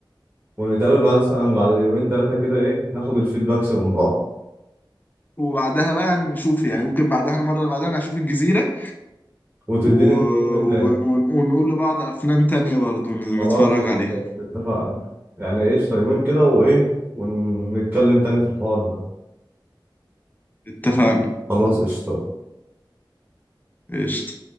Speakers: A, on the right; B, on the left.
A: ونتقابل بعد مثلا بعد يومين ثلاثه كده ايه ناخد الفيدباكس من بعض
B: وبعدها بقى نشوف يعني ممكن بعدها المره اللي بعدها نشوف الجزيره
A: وتديني
B: و... و...
A: انت فيلم تاني
B: ون- ونقول لبعض افلام تانية برضو نتفرج
A: خلاص قشطة،
B: عليها
A: اتفقنا يعني ايش طيبين كده وايه ونتكلم تاني في الحوار ده
B: اتفقنا
A: خلاص قشطة
B: قشطة